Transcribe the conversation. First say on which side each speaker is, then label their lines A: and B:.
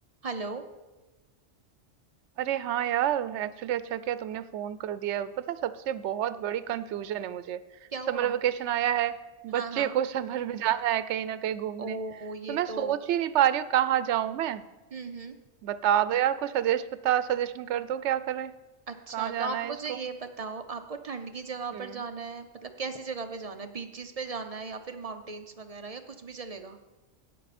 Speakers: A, on the right; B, on the right.
A: Hello
B: अरे हाँ यार एक्चुअली अच्छा किया तुमने फोन कर दिया पता है सबसे बहुत बड़ी कंफ्यूजन है मुझे
A: क्या हुआ
B: समर वेकेशन आया है
A: हाँ
B: बच्चे
A: हाँ
B: को <laughs> समर में जाना है कहीं ना कहीं घूमने
A: ओ ये
B: तो मैं
A: तो
B: सोच ही नहीं पा रही हूँ कहाँ जाऊं मैं
A: हम्म हम्म
B: बता दो यार कुछ सजेस्ट बता सजेशन कर दो क्या करें
A: अच्छा
B: कहाँ
A: तो
B: जाना
A: आप मुझे
B: है इसको
A: ये बताओ आपको ठंड की जगह
B: हम्म
A: पर जाना है मतलब कैसी जगह पे जाना है बीचेस पे जाना है या फिर माउंटेन्स वगैरह या कुछ भी चलेगा